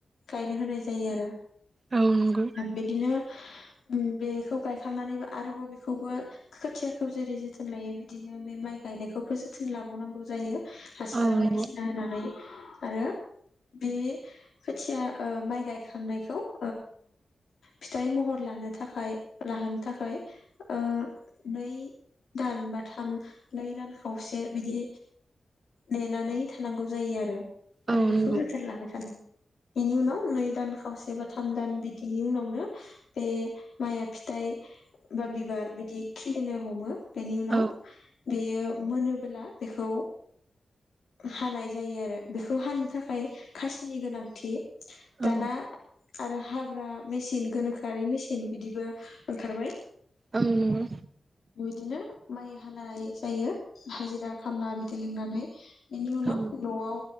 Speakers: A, on the left; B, on the right.
A: गायनो होनाय जायो आरो।
B: औ नंगौ
A: बिदिनो बेखौ गायखांनानैबो आरोबाव बेखौबो खोथियाखौ जेरै जोथोन लायो बिदिनो बे माइ गायनायखौबो जोथोन लाबावनांगौ जायो। हासार
B: औ नंगौ
A: बायदिसिना होनानै आरो बे खोथिया ओ माइ गायखांनायखौ ओ फिथाइ महर लानो थाखाय लाहोनो थाखाय ओ नै दान बा थाम नै दान खावसे बिदि नेनानै थानांगौ जायो आरो।
B: औ
A: आरो बेखौ
B: नंगौ
A: जोथोन लाबाय थानांगौ बेनि उनाव नै दान खावसे बा थाम दान बिदिनि उनावनो बे माइआ फिथाइ बा बिबार बिदि खिलिनो हमो बेनि उनाव
B: औ
A: बेयो मोनोबोला बेखौ हानाय जायो आरो बेखौ हानो थाखाय खासिनि गोनांथि दाना
B: औ
A: आरो हाग्रा मेसिन गोनोखोआरि मेसिन मेसिन बिदिबो ओंखारबाय
B: औ नंगौ
A: बिदिनो माइ हानाय जायो हाजिरा खामला बिदि लिंनानै बेनि उनाव
B: औ
A: न'आव